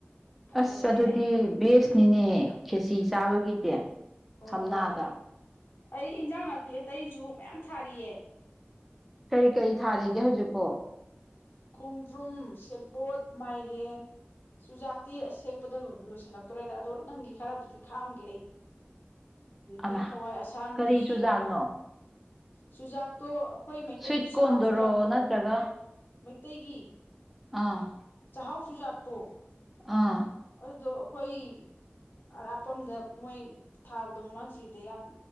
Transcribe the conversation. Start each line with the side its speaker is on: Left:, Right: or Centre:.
Left: ꯐꯖꯔꯛꯑꯦꯅꯦ
Centre: ꯑꯁ ꯑꯗꯨꯗꯤ ꯕꯦꯁꯅꯤꯅꯦ ꯈꯦꯁꯤ
Left: ꯎꯝ
Centre: ꯆꯥꯕꯒꯤꯗꯤ
Left: ꯍꯣꯏ
Centre: ꯊꯝꯅꯥꯗ
Left: ꯍꯣꯏ ꯑꯩ ꯏꯟꯖꯥꯡ ꯅꯥꯄꯤ ꯑꯇꯩꯁꯨ ꯃꯌꯥꯝ ꯊꯥꯔꯤꯌꯦ
Centre: ꯀꯔꯤ ꯀꯔꯤ ꯊꯥꯔꯤꯒꯦ ꯍꯧꯖꯤꯛꯄꯣ
Left: ꯈꯣꯡꯗ꯭ꯔꯨꯝ ꯁꯦꯕꯣꯠ ꯃꯥꯏꯔꯦꯟ ꯆꯨꯖꯥꯛꯇꯤ ꯍꯦꯛꯄꯗ ꯂꯣꯏꯕ ꯂꯣꯏꯁꯤꯜꯂꯛꯇꯣꯔꯦꯗ ꯑꯗꯣ ꯅꯪꯒꯤ ꯈꯔꯕꯨꯗꯤ ꯈꯥꯝꯒꯦ ꯑꯩ ꯑꯗꯒꯤ
Centre: ꯑꯃ
Left: ꯍꯋꯥꯏ ꯑꯁꯥꯡꯕꯤ
Centre: ꯀꯔꯤ ꯆꯨꯖꯥꯛꯅꯣ
Left: ꯆꯨꯖꯥꯥꯛꯇꯣ ꯑꯩꯈꯣꯏ ꯃꯩꯇꯩꯒꯤ
Centre: ꯁ꯭ꯋꯤꯠ
Left: ꯆꯥꯛꯍꯥꯎ
Centre: ꯀꯣꯔꯟꯗꯔꯣ
Left: ꯆꯨꯖꯥꯛꯇꯣ
Centre: ꯅꯠꯇ꯭ꯔꯒ
Left: ꯃꯩꯇꯩꯒꯤ
Centre: ꯑꯥ
Left: ꯆꯥꯛꯍꯥꯎꯆꯨꯖꯥꯛꯇꯣ
Centre: ꯑꯥ
Left: ꯑꯗꯨꯗꯣ ꯑꯩꯈꯣꯏ ꯑꯔꯥꯞꯄꯗ ꯃꯣꯏ ꯊꯥꯕꯗꯣ ꯃꯃꯥꯡꯁꯤꯗ ꯌꯥꯝ